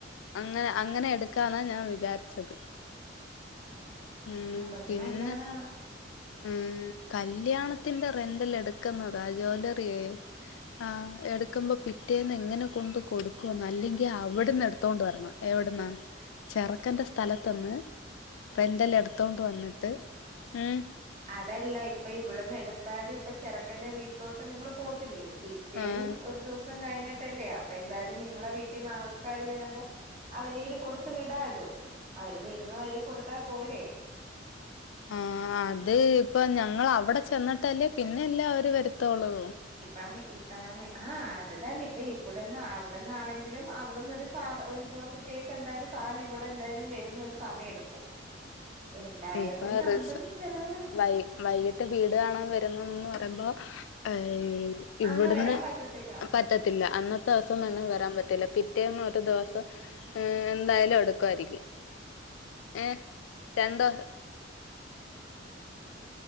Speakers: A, on the left; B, on the right.
A: അങ്ങനെ അങ്ങനെ എടുക്കാന ഞാൻ വിചാരിച്ചത് ഉം
B: അതും
A: പിന്നെ
B: നല്ലാതാ
A: ഉം കല്യാണത്തിന്റെ റെന്റൽ എടുക്ക്ന്ന ആ ജോലറിയേ ആഹ് എടുക്കുമ്പോ പിറ്റേന്ന് എങ്ങനെ കൊണ്ട് കൊടുക്കുവന്ന് അല്ലെങ്കി അവിട്ന്ന് എടുത്തോണ്ട് വരണം എവിടുന്നാ ചെറക്കന്റെ സ്ഥലത്ത്ന്ന് റെന്റൽ എടുത്തോണ്ട് വന്നിട്ട് ഉം
B: തല്ല ഇപ്പൊ ഇവിടെന്ന് എട് ത്താലും ഇപ്പ ചെറക്കന്റെ വീട്ടിലോട്ട് നിങ്ങള്ൾ പോത്തില്ലിയോ പിറ്റേന്നും
A: ആഹ്
B: ഒരു ദിസം കഴി ട്ടല്ലേ അപ്പൊ എന്തായാലും നിങ്ങളെ വീട്ടീന്ന് ആൾക്കാാര് വരുമ്പോ അവരയില് കൊടുത്ത് വിടാലോ അവര് വരുന്ന വഴി കൊടുത്താ പോരെ
A: ആ അത് ഇപ്പൊ ഞങ്ങൾ അവിടെ ചെന്നിട്ടല്ലേ പിന്നല്ല അവര് വരുത്തോള്
B: ഇപ്പം ഇ അനേ ആഹ് അത് തന്നെ ഇപ്പൊ ഇവിടന്ന് അവിടന്നാണെങ്കിലും അവിടന്ന് ഒരു സാധ ഒരു ദിവസത്തേക്ക് എന്തായാലും സാധനം ഇവിടെ എന്തായാലും വരുന്ന ഒരു സമയം എടുക്കും എന്തായാലും
A: ഇപ്പൊ
B: രണ്ടും
A: റിസ
B: ചെലവാണ്
A: വൈ വൈകിട്ട് വീട് കാണാൻ വരുന്നന്ന് പറയുമ്പോ ഐ ഇവിടുന്ന്
B: അന്ന് വരാൻ പറ്റത്തില്ല
A: പറ്റത്തില്ല അന്നത്തേസം തന്നെ
B: ആ
A: വരാൻ പറ്റൂല്ല പി പിറ്റേന്ന് ഒരു ദിവസം ഏ എന്തായാലും എടുക്കുവായിരിക്കും ഏ രണ്ടു